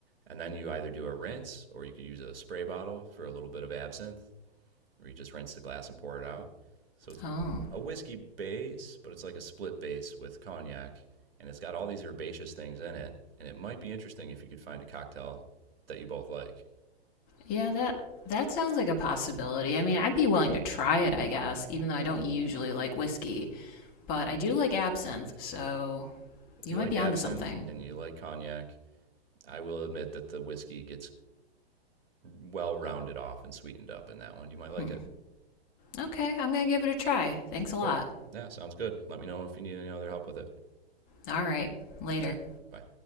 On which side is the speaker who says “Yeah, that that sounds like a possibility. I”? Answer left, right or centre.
Left